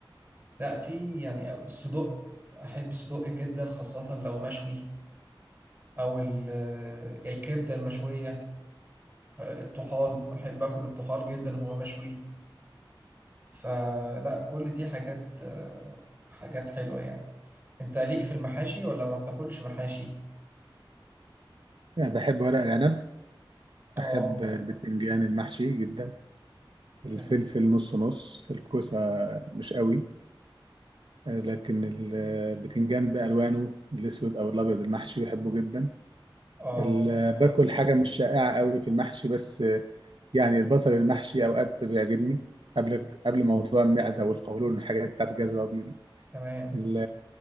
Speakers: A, on the right; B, on the right.
A: لا في يعني الصدوق احب الصدوق جدا خاصة لو مشوي او ال- الكبدة المشوية الطحال احب اكل الطحال جدا وهو مشوي فلا كل دي حاجات حاجات حلوة يعني انت ليك في المحاشي ولا ما بتاكلش محاشي
B: يعني بحب ورق العنب بحب
A: اه
B: البتنجان المحشي جدا الفلفل
A: تمام
B: نص نص الكوسة مش قوي آه، لكن البتنجان بألوانه الأسود أو الأبيض المحشي بحبه جدا
A: اه
B: ال- باكل حاجة مش شائعة قوي في المحشي بس يعني البصل المحشي اوقات بيعجبني قبل قبل موضوع المعده والقولون والحاجات بتاعت الجهاز الهضمي دي
A: تمام
B: ال-